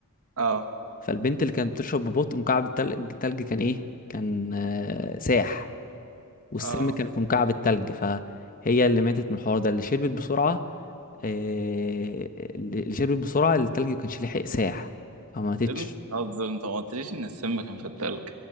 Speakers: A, on the right; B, on the left.
A: اه
B: فالبنت اللي كانت بتشرب ببطء مكعب التلج التلج كان ايه كان آه، ساح والسم
A: اه
B: كان في مكعب التلج فهي اللي ماتت من الحوار ده اللي شربت بسرعة آه، اللي شربت بسرعة التلج كانش لحق ساح فما ماتتش
A: انت قصدي انت ما قلتليش ان السم كان في التلج